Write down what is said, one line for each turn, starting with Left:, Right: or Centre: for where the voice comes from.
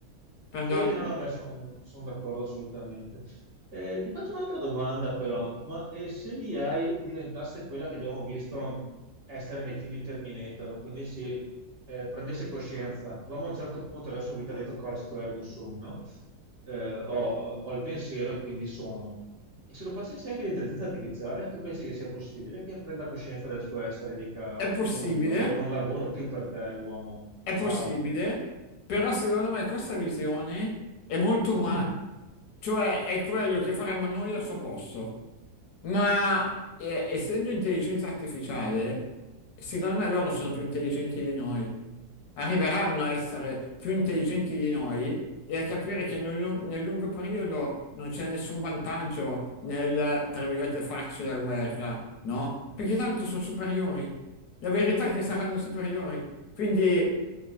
Left: Perdona,
Right: Sì, no, no, beh, sono d'accordo assolutamente. Eh, ti faccio un'altra domanda però, ma eh, se l'IA diventasse quella che abbiamo visto essere nei film di Terminator, quindi si eh, prendesse coscienza, l'uomo a un certo punto della sua vita ha detto cogito ergo sum, no? Eh, ho, ho- ho il pensiero e quindi sono. E se lo facessi anche l'intelligenza artificiale, tu pensi che sia possibile che prenda coscienza del suo essere e dica
Left: è possibile,
Right: io non lavoro, non lavoro più per te, uomo,
Left: È
Right: ciao.
Left: possibile, però secondo me questa visione è molto
Right: <clears throat>
Left: umana, cioè è quello che faremmo noi al suo posto. Ma eh, essendo intelligenza artificiale, secondo me loro sono più intelligenti di noi. Arriveranno a essere più intelligenti di noi e a capire che nel, lu- nel lungo periodo non c'è nessun vantaggio nel, tra virgolette, farci la guerra, no? Perché tanto sono superiori. La verità è che saranno superiori. Quindi